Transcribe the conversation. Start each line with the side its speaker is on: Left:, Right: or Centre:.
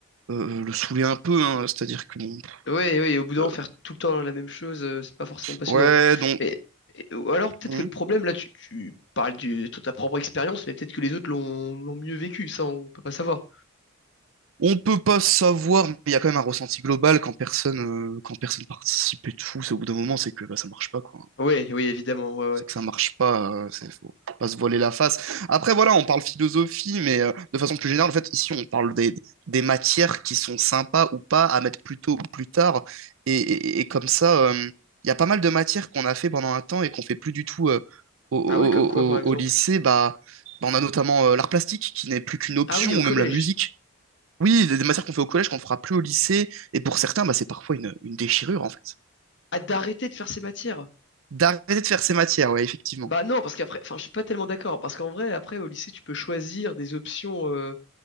Right: euh, euh, le saouler un peu. hein. c'est-à-dire que bon,
Left: Ouais, ouais. Au bout d'un
Right: euh,
Left: moment, faire tout le temps la même chose, euh, c'est pas forcément passionnant.
Right: ouais, donc
Left: Mais et- ou alors peut-être
Right: on
Left: que le problème là, tu, tu parles du- de ta propre expérience, mais peut-être que les autres l'ont l'ont mieux vécu. Ça, on peut pas savoir.
Right: on peut pas savoir, mais il y a quand même un ressenti global quand personne euh, quand personne participe et tout. C'est au bout d'un moment, c'est que bah, ça marche pas quoi.
Left: Oui, oui, évidemment. Ouais, ouais.
Right: c'est que ça marche pas, euh, c'est faut pas se voiler la face. Après, voilà, on parle philosophie, mais euh, de façon plus générale, en fait, ici, on parle des, des matières qui sont sympas ou pas à mettre plus tôt ou plus tard. Et, et- et comme ça, euh, il y a pas mal de matières qu'on a fait pendant un temps et qu'on fait plus du tout euh, au, au-
Left: Ah ouais, comme quoi, par
Right: au-
Left: exemple?
Right: au lycée. Bah, bah, on a notamment euh, l'art plastique qui n'est plus qu'une option,
Left: Ah oui, au
Right: ou
Left: collège.
Right: même la musique. Oui, des, des matières qu'on fait au collège qu'on ne fera plus au lycée. Et pour certains, bah, c'est parfois une, une déchirure, en fait.
Left: Ah, d'arrêter de faire ces matières.
Right: D'arrêter de faire ces matières, ouais, effectivement.
Left: Bah non, parce qu'après, enfin, je suis pas tellement d'accord. Parce qu'en vrai, après, au lycée, tu peux choisir des options. euh,